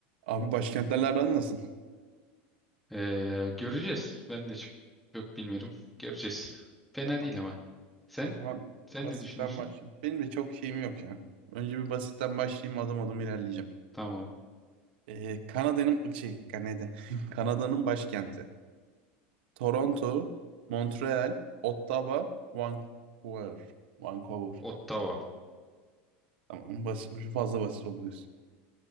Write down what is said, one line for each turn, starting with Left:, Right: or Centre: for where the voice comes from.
Right: Abi başkentlerle aran nasıl?
Centre: Ee, göreceğiz. Ben de çok, çok bilmiyorum. Göreceğiz. Fena
Right: Tamam.
Centre: değil ama. Sen?
Right: O zaman
Centre: Sen
Right: basitten
Centre: ne düşünüyorsun?
Right: başlayayım. Benim de çok şeyim yok ya. Önce bir basitten başlayayım adım adım ilerleyeceğim.
Centre: Tamam.
Right: Ee, Kanada'nın şey Kanada. <laughs> Kanada'nın başkenti. Toronto, Montreal, Ottawa, Vancouver. Vancouver.
Centre: Ottawa.
Right: Tamam basit, fazla basit oldu diyorsun.